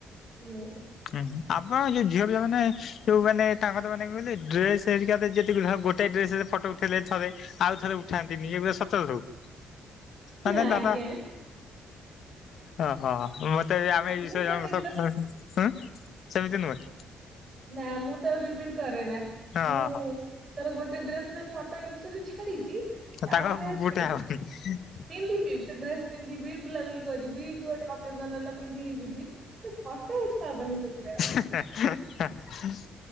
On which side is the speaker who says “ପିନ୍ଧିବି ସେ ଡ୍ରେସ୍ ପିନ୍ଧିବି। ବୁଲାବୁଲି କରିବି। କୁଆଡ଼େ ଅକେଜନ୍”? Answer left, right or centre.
Right